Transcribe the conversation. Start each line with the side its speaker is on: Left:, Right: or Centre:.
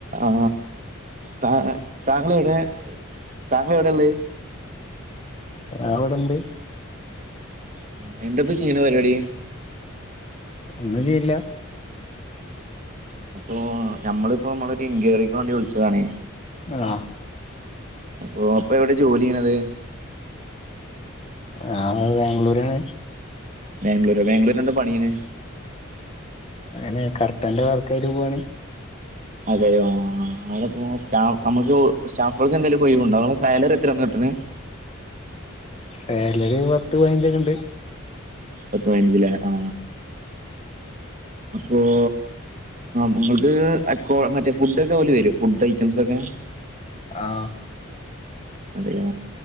Right: ആ താ താങ്കളെവ്ടെ താങ്കളെവ്ടെള്ളേ
Left: അവിടെണ്ട്
Right: ആ എന്താപ്പചെയ്ണെ പരിപാടി
Left: ഒന്നും ചെയ്ല്ല
Right: അപ്പൊ ഞമ്മളിപ്പോ മ്മളൊരു ഇൻക്വറിക്ക് വാണ്ടി വിളിച്ചതാണേ
Left: ആഹ്
Right: അപ്പൊ അപ്പൊ എവിടെ ജോലിയെയ്യ്ണത്
Left: ആ ബാംഗ്ലൂരാണ്
Right: ബാംഗ്ലൂര് ബാംഗ്ലൂര് എന്താ പണിയന്ന്
Left: അങ്ങനെ കർട്ടന്റെ വാർക്കായിട്ട് പോവയാണ്
Right: അതെയോ അവിടെ പോ സ്റ്റാഫ് നമ്മുക്ക് സ്റ്റാഫുകൾക്ക് എന്തെേലും കൊയവുണ്ടോ അടെ സാലറി എത്ര നിട്ടന്ന്
Left: സാലറി പത്ത് പതിനഞ്ചൊക്കെ ഉണ്ട്
Right: പത്ത പതിനഞ്ചിലേ ആ അപ്പോൾ നിങ്ങൾക്ക് അ മറ്റേ ഫുഡൊക്കെ പോലി വരും ഫുഡ് ഐറ്റംസ്ൊക്കെ
Left: ആഹ
Right: അതെയോ